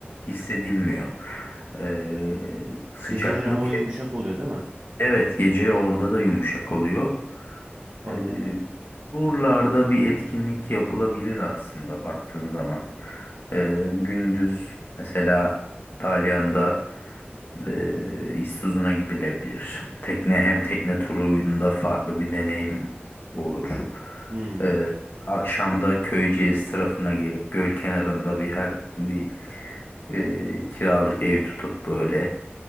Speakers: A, on the left (about 60°); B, on the right (about 55°).
A: hissedilmiyor. E, sıcaklık
B: Geceleri hava yumuşak oluyor değil mi?
A: evet gece orada da yumuşak oluyor.
B: Anladım.
A: Ee, buralarda bir etkinlik yapılabilir aslında baktığın zaman. Ee, gündüz mesela Dalyan'da e, İztuzu'na gidilebilir. Tekne hem tekne turunda farklı bir deneyim olur.
B: Hmm.
A: Ee, akşamda Köyceğiz tarafına gelip göl kenarında bir her bir e, kiralık ev tutup böyle